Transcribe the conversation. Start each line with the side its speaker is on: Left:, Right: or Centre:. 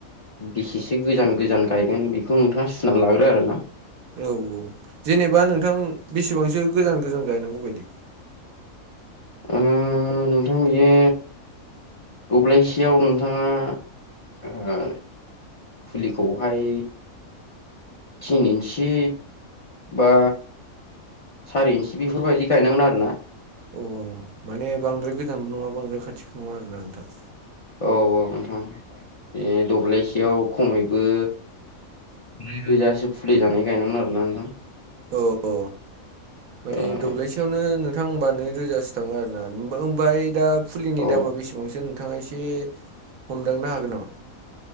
Left: बेसेसो गोजान गोजान गायगोन बेखौ नोंथाङा सुना लाग्रो आरोना
Right: औ औ जेनेबा नोंथां बेसेबांसो गोजान गोजान गायनांगौ बायदि
Left: ओ नोंथां बियो दब्लायसेयाव नोंथाङा ओ फुलिखौहाय। थिन इन्सि बा सारि इन्स बेफोरबायदि गायनांगोन आरोना।
Right: औ माने बांद्राय गोजानबो नङा बांद्राय खाथिबो नङा आरोना नोंथां।
Left: औ-औ नोंथां बे दब्लायसेयाव खमैबो। ब्रै रोजासो फुलि जानाय गायनमोन आरोना नोंथां।
Right: अ-अ माने
Left: ओ
Right: दब्लायसेयावनो। नोंथां होमबा नै रोजासो थाङो आरोना ओमफ्राय दा फुलिनि
Left: औ
Right: दामा बेसेबांसो नों नोंथाङा एसे हमदांनो हागोन नामा?